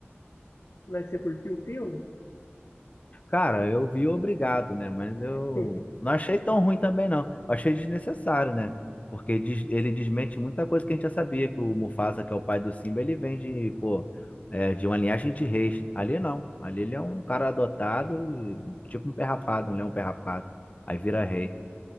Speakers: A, on the left; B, on the left.
A: Mas você curtiu o filme?
B: Cara, eu vi obrigado, né? Mas eu
A: <laughs>
B: não achei tão ruim também, não. Eu achei desnecessário, né? Porque des- ele desmente muita coisa que a gente já sabia, que o Mufasa, que é o pai do Simba, ele vem de, pô, é, de uma linhagem de reis. Ali não. Ali ele é um cara adotado e tipo um perrapado, um leão perrapado. Aí vira rei.